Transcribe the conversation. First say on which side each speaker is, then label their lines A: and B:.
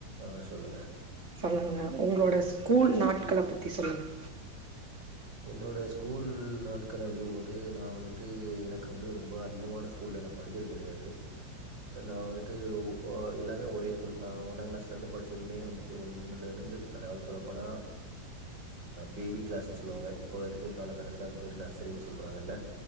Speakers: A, on the right; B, on the right.
A: ஆ சொல்லுங்க
B: சொல்லுங்க உங்களோட ஸ்கூல் நாட்களப் பத் சொல்லுங்க
A: என்னோட ஸ்கூல் நாள்கள அப்டிங்கும்போது நா வந்துட்டு எனக்கு வந்து ரொம்ப அதிகமான ஸ்கூல்ல நா படிச்சது கெடையாது நா வந்துட்டு எல்லாமே ஒரே ஸ்கூல் நா ஒன்னாங் கிளாஸ்லேருந்து படிச்சதுமே வந்துட்டு ஒன்னுலேருந்து அதாது சொல்ல போனா பேபி கிளாஸஸ் சொலுவாங்க இப்போ இருக்குற கால கட்டத்துல அது பேரு நர்சரின்னு சொல்ல்றாங்கள்ள